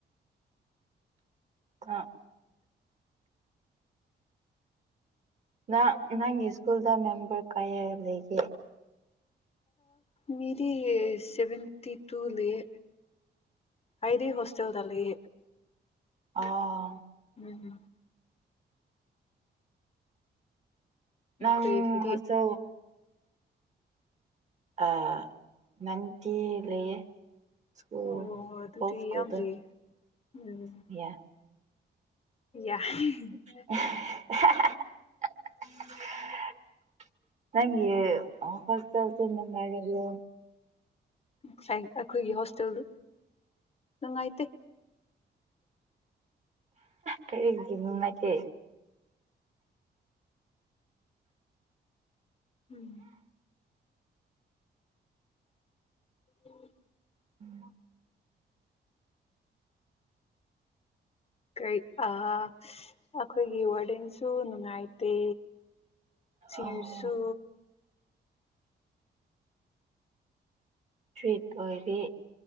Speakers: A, on the right (about 40°); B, on the left (about 35°).
A: ꯑ ꯅ ꯅꯪꯒꯤ ꯁ꯭ꯀꯨꯜꯗ ꯃꯦꯝꯕꯔ ꯀꯌꯥ ꯂꯩꯒꯦ
B: ꯃꯦꯔꯤ ꯁꯦꯚꯦꯟꯇꯤ ꯇꯨ ꯂꯩ ꯍꯗꯤ ꯍꯣꯁꯇꯦꯜꯗ ꯂꯩ
A: ꯑꯣ
B: ꯎꯝꯝ
A: ꯅꯪ
B: ꯅꯈꯣꯏꯒꯤꯗꯤ
A: ꯍꯁ ꯑ ꯅꯪꯀ ꯂꯩꯌꯦꯦ ꯁꯨ
B: ꯑꯣ ꯑꯗꯨꯗꯤ
A: ꯍꯐꯀꯗ
B: ꯌꯥꯝ ꯂꯩꯌꯦ ꯎꯝ
A: ꯌꯥ
B: ꯌꯥꯏ
A: <unintelligible> ꯅꯪꯦ ꯍꯁꯁꯨ ꯅꯪ ꯍꯥꯏꯗꯣ
B: ꯉ ꯑꯩꯈꯣꯏꯒꯤ ꯍꯣꯁꯇꯦꯜꯗꯨ ꯅꯨꯡꯉꯥꯏꯇꯦ
A: ꯀꯔꯤꯒꯤ ꯅꯨꯡꯉꯥꯏꯇꯦ
B: ꯎꯝ ꯎ
A: ꯎꯝ ꯎ
B: ꯀꯩ ꯑꯩꯈꯣꯏꯒꯤ ꯋꯥꯔꯗꯦꯟꯁꯨ ꯅꯨꯡꯉꯥꯏꯇꯦ ꯁꯤꯅꯤꯔꯁꯨ
A: ꯑꯣ ꯇ꯭ꯔꯤꯠ ꯑꯣꯏꯔꯤ